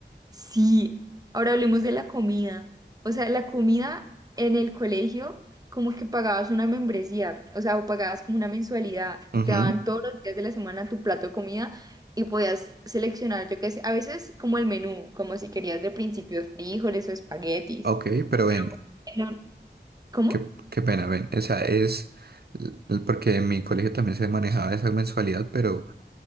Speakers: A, on the right; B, on the right.
A: Sí, ahora hablemos de la comida. O sea, la comida en el colegio, como que pagabas una membresía, o sea, o pagabas como una mensualidad y
B: Ujú,
A: te daban todos los días de la semana tu plato de comida. Y podías seleccionar, yo qué sé, a veces como el menú, como si querías de principio frijoles o espaguetis.
B: Ok, pero ven,
A: En la- ¿Cómo?
B: qué, qué pena, ven. O sea, es l- porque en mi colegio también se manejaba esa mensualidad, pero...